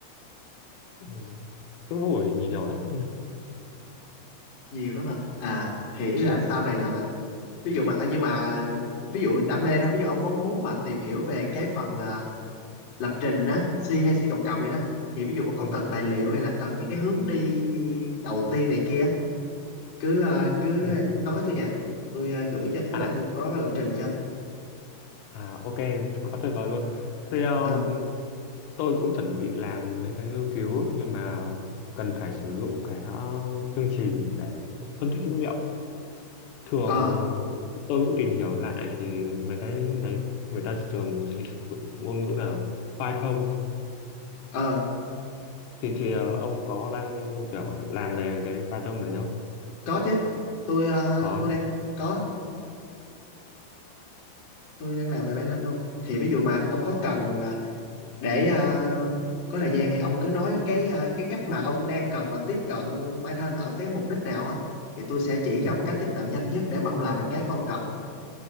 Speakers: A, on the left; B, on the left.
A: Ừ, cứ hỏi nhiều lắm
B: nhiều lắm hả à thì ý là sau này là ví dụ mà ờ, nhưng mà ví dụ đam mê thôi ví dụ ông có muốn mà tìm hiểu về cái phần à, lập trình á C hay C cộng cộng gì đó thì ví dụ mà có
A: Ừ.
B: cần tài liệu hay là cần những cái hướng đi đầu tiên này kia cứ ờ, cứ
A: Ừ.
B: nói tôi nha tôi ờ, gửi cho với
A: À,
B: lại tôi có cái lộ trình cho
A: à ok quá tuyệt vời luôn theo
B: ờ
A: tôi cũng chuẩn bị làm mấy cái nghiên cứu nhưng mà cần phải sử dụng cái uh, chương trình để phân tích dữ liệu thường
B: ờ
A: tôi cũng tìm hiểu lại thì mấy cái đấy người ta thường hay sử dụng ngôn ngữ là Python
B: ờ
A: thì thì ờ, ông có đang kiểu làm về cái Python đấy không
B: Có chứ. Tôi ờ,
A: có
B: tôi đang có, tôi đang làm về bản thân luôn. Thì ví dụ mà ông có cần ờ, để ờ, có thời gian thì ông cứ nói cái ờ, cái cách mà ông đang cần và tiếp cận bản thân ở cái mục đích nào á thì tôi sẽ chỉ cho
A: à,
B: ông cách tiếp cận nhanh nhất để mà ông làm được cái của ông cần.